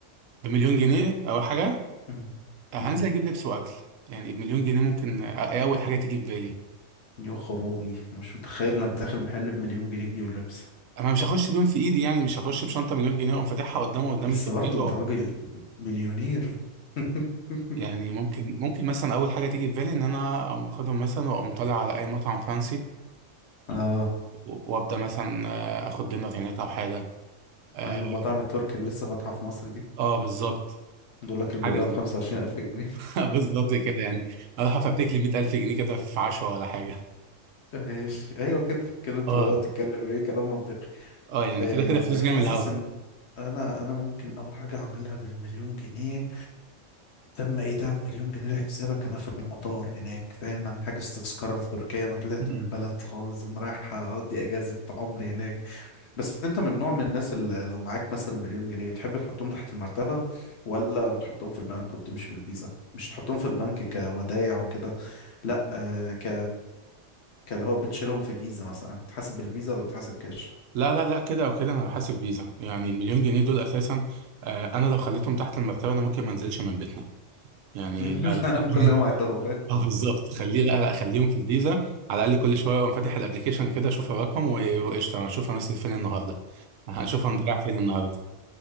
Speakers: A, on the right; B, on the left.
A: بمليون جنيه اول حاجه
B: مم.
A: آه، هنزل
B: مم.
A: اجيب لبس واكل يعني بمليون جنيه ممكن آه إيه اول حاجه تيجي في بالي
B: يا خرابي مش متخيل انك داخل محل بمليون جنيه تجيب لبس
A: انا مش هخش بيهم في ايدي يعني مش هخش بشنطه مليون جنيه اقوم فاتحها قدامه قدام
B: بس
A: الكافيه
B: برضه انت راجل مليونير <laughs>
A: يعني ممكن ممكن مثلا اول حاجه تيجي في بالي ان انا اقوم اخدهم مثلا واقوم طالع على اي مطعم فانسي
B: اه
A: وابدا مثلا آه، اخد دينر هناك او حاجه اه
B: ايوه المطاعم التركي اللي لسه فاتحة في مصر دي
A: آه، بالظبط
B: بيقول لك البقلاوة
A: حاجه زي
B: ب 25000 جنيه
A: <laughs> بالظبط كده يعني اروح افتك لي 100000 جنيه كده في عشوه ولا حاجه
B: <laughs> ماشي ايوه كده كده انت
A: اه
B: بدأت تتكلم ايه كلام منطقي
A: اه يعني
B: أه
A: كده كده فلوس
B: حاسس
A: جايه من الهوا
B: ان انا انا ممكن اول حاجة اعملها بالمليون جنيه تم ايداع مليون جنيه لحسابك انا في المطار هناك فاهم انا حاجز تذكره لتركيا انا طلعت
A: <laughs> مم.
B: من البلد خالص انا رايح اقضي اجازه عمري هناك بس انت من نوع من الناس اللي لو معاك مثلا مليون جنيه بتحب تحطهم تحت المرتبه ولا بتحطهم في البنك وبتمشي بالفيزا مش تحطهم في البنك كودايع وكده لا آه ك كاللي هو بتشيلهم في فيزا مثلا تحاسب بالفيزا ولا تحاسب كاش
A: لا لا لا كده او كده انا بحاسب فيزا يعني المليون جنيه دول اساسا آه، انا لو خليتهم تحت المرتبه انا ممكن ما انزلش من بيتنا يعني
B: <laughs>
A: لا لا
B: لا انا
A: <laughs>
B: كل يوم اعدهم <laughs>
A: <laughs> اه بالظبط خليه لا لا خليهم في الفيزا على الاقل كل شويه اقوم فاتح الابلكيشن كده اشوف الرقم و- وقشطه انا اشوف هنصرف فين النهارده هشوف هنضيع فين النهارده